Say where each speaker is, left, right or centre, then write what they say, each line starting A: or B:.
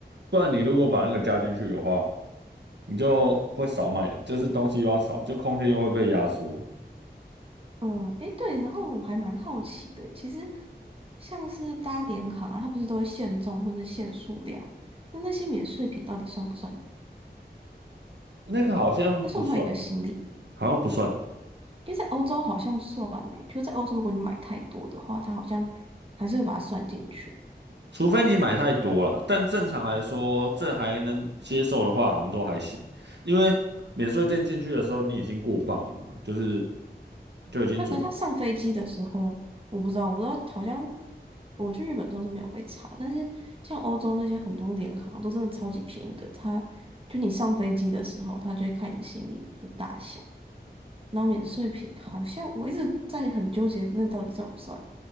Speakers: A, on the right; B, on the right.
A: 不然你如果把那个加进去的话，你就会少买，就是东西又要少，就空间又会被压缩。
B: 嗯，诶，对，然后我还蛮好奇的欸其实像是搭联航啊，它不是都会限重或者限数量吗？那那些免税品到底算不算？
A: 那个好像不算，
B: 它算不算一个行李？
A: 好像不算，
B: 因为在欧洲好像算呢，就在欧洲，如果你买太多的话，它好像还是会把它算进去。
A: 除非你买太多了。但正常来说，这还能接受的话，好像都还行，因为免税店进去的时候，你已经过磅了嘛，就是就已经准备
B: 那可是他上飞机的时候，我不知道，我不知道好像我去日本的时候是没有被查，但是像欧洲那些很多联航都真的超级便宜的，他就你上飞机的时候，他就会看你行李的大小，然后免税品好像我一直在很纠结，那到底算不算？